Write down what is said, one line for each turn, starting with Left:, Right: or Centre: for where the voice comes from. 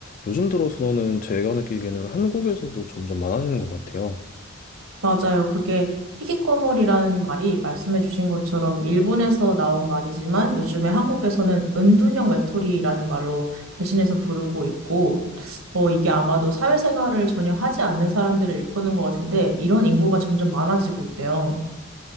Left: 요즘 들어서는 제가 느끼기에는 한국에서도 점점 많아지는 것 같아요.
Right: 맞아요. 그게 희귀꼬물이라는 말이 말씀해주신 것처럼 일본에서 나온 말이지만 요즘에 한국에서는 은둔형 외톨이라는 말로 대신해서 부르고 있고 어, 이게 아마도 사회생활을 전혀 하지 않는 사람들을 일컫는 것 같은데 이런 인구가 점점 많아지고 있대요.